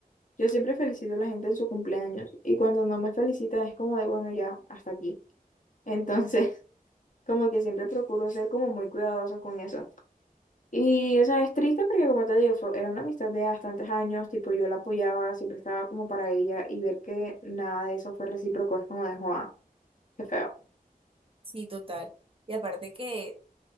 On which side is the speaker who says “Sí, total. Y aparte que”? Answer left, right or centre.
Right